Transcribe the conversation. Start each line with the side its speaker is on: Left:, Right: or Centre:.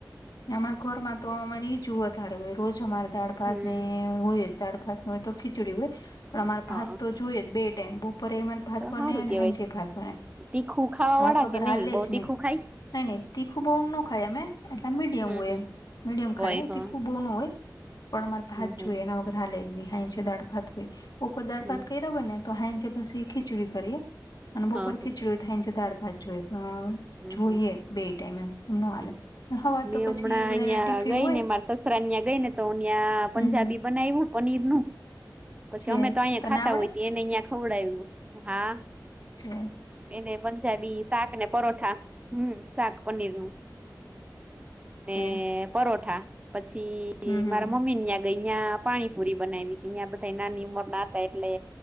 Left: અમારા ઘરમાં તો અમારે એજ વધારે હોય રોજ અમાર દાળ ભાત
Right: હમ
Left: ને હોય જ દાળ ભાત ન હોય તો ખીચડી હોય. પણ અમારે
Right: હા
Left: ભાત તો જોઈએ બે ટાઈમ બપોરે અમારે ભાત
Right: તો
Left: બને
Right: સારું
Left: અને
Right: કેવાય
Left: હાંજે ભાત બને.
Right: તીખું ખાવા
Left: ભાત
Right: વાળા
Left: વગર
Right: કે નહી
Left: હાલે
Right: બહું
Left: જ
Right: તીખું ખાય
Left: નઈ નહી તીખું બહુ નો ખાય અમેં એટલે મીડિયમ
Right: હમ
Left: હોય
Right: હમ
Left: એમ મીડિયમ
Right: હોય
Left: ખાય
Right: હ હમ
Left: તીખું બહુ નો હોય પણ અમારે ભાત
Right: હમ
Left: જોઈ એના વગર હાલે જ નહી હાજે દાળ ભાત હોય બપોર દાળ
Right: હમ
Left: ભાત કર્યા હોય ને તો હાજે પછી ખીચડી કરીએ અને
Right: હા
Left: બપોર
Right: હ
Left: ખીચડી થાય છે દાળ ભાત જોઈએ પણ અ
Right: હમ
Left: જોઈએ
Right: હમ
Left: બે ટાઈમ એમ એમ નો હાલે. હવાર
Right: મેં
Left: તો પછી
Right: હમણાં અહિયાં
Left: બધાને ટિફિન
Right: ગઈ
Left: હોય
Right: ને મારા સસરા ન્યાય ગઈ ને તો ન્યાયા પંજાબી
Left: હમ હમ
Right: બનાવ્યું. પનીર નું પછી
Left: છે
Right: અમે તો અહીંયા
Left: તને
Right: ખાતા
Left: આવડે
Right: હોય એને અહિયા ખવડાવ્યું હા.
Left: છે
Right: એને પંજાબી શાક ને પરોઠા હમ્મ શાક પનીરનું. ને
Left: છે
Right: પરોઠા પછી
Left: હમ હમ
Right: મારા મમ્મીની ન્યાયા અહિયાં પાણીપુરી બનાવી હતી અહીંયા બધા નાની ઉંમરના હતા એટલે